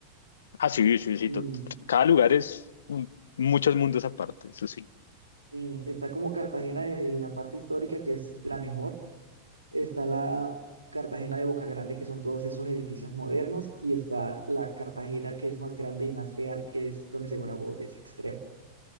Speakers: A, on the left; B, on the right.
A: Ah, sí, sí, sí.
B: Mm,
A: tot- Cada lugar es un- muchos mundos aparte, eso sí.
B: sí, está como Cartagena de la parte histórica, que es la mejor está la Cartagena de Boca Grande, que son todos esos edificios modernos, y está la Cartagena que es más grande y más real, que es donde se ve una pobreza extrema.